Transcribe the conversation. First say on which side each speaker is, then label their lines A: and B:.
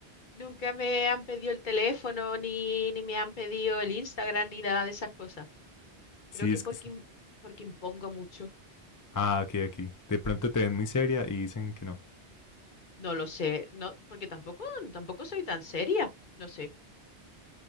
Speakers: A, on the left; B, on the left.
A: Nunca me han pedido el teléfono, ni, ni me han pedido el Instagram, ni nada de esas cosas.
B: Sí,
A: Creo que
B: es
A: porque,
B: que
A: im- porque impongo mucho.
B: Ah, ok, ok. De pronto te ven muy seria y dicen que no.
A: No lo sé, no, porque tampoco, tampoco soy tan seria. No sé.